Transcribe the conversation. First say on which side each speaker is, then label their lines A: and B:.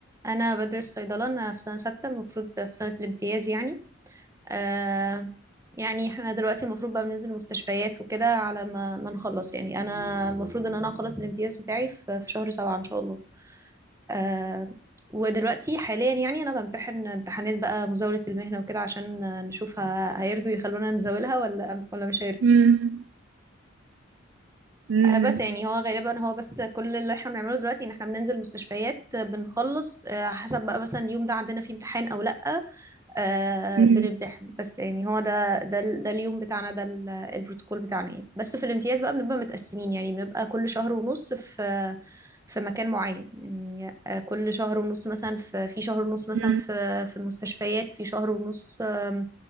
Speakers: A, on the right; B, on the right.
A: انا بدرس صيدلة انا في سنة ستة المفروض في سنة الامتياز يعني آه يعني احنا دلوقتي المفروض بقى بننزل المستشفيات وكده على ما ما نخلص يعني انا المفروض ان انا اخلص الامتياز بتاعي في في شهر سبعة ان شاء الله آه ودلوقتي حاليا يعني انا بمتحن امتحانات بقى مزاولة المهنة وكده عشان آه، نشوف ه- هيرضوا يخلونا نزاولها ولا ولا مش هيرضوا
B: امم امم
A: آه بس يعني هو غالبا هو بس كل اللي احنا بنعمله دلوقتي ان احنا بننزل مستشفيات آه، بنخلص آه حسب بقى مثلا اليوم ده عندنا فيه امتحان او لا آه
B: امم
A: بنمتحن بس يعني هو ده ده ال- ده اليوم بتاعنا ده ال- البروتوكول بتاعنا يعني بس في الامتياز بقى بنبقى متقسمين يعني بنبقى كل شهر ونص في في مكان معين يعني آه كل شهر ونص مثلا في في شهر ونص مثلا
B: امم
A: في في المستشفيات في شهر ونص آم،